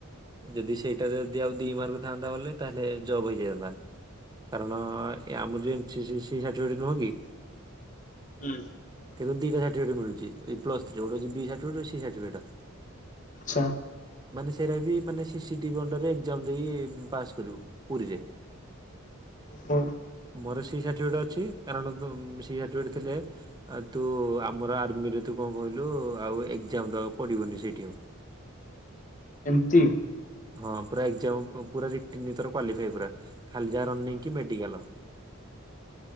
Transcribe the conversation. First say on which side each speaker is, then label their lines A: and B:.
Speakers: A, on the right; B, on the left.
A: ଯଦି ସେଇଟାରେ ଯଦି ଆଉ ଦି ମାର୍କ ଥାନ୍ତା ବେଳେ ତାହେଲେ ଜବ ହେଇଯାଇଥାନ୍ତା। କାରଣ ଏ ଆମର ଯୋଉ ଏନ୍ ସି ସି ସାଠିଫିକେଟ୍ ନୁହଁ କି
B: ହୁଁ।
A: କିନ୍ତୁ ଦିଟା ସାଠିଫିକେଟ ମିଳୁଛି ଏଇ ପ୍ଲସ ଥ୍ରି ତିନିର ଗୋଟେ ବି ସାଠିଫିକେଟ ସି ସାଠିଫିକେଟ।
B: ଆଚ୍ଛା।
A: ମାନେ ସେରାବି ବି ମାନେ ସିସିଟିଭି ଅଣ୍ଡରରେ ଏକ୍ଜାମ ଦେଇକି ପାସ୍ କରିବୁ ପୁରୀରେ।
B: ଓହୋ।
A: ମୋର ସି ସାର୍ଟିଫିକେଟ ଅଛି କାରଣ ସି ସାର୍ଟିଫିକେଟ ଥିଲେ ଆଉ ତୁ ଆମର ଆର୍ମିରେ ତୁ କଣ କହିଲୁ ଆଉ ଏକ୍ଜାମ ଦବାକୁ ପଡ଼ିବନି ସେଇଠି ଆଉ
B: ଏମିତି?
A: ହଁ ପୁରା ଏକ୍ଜାମ ପୁରା ରିଟିନ୍ ଭିତର କ୍ୱାଲିଫାଇ ପୁରା ଖାଲି ଯାହାର ରନିଙ୍ଗ କି ମେଡ଼ିକାଲ୍।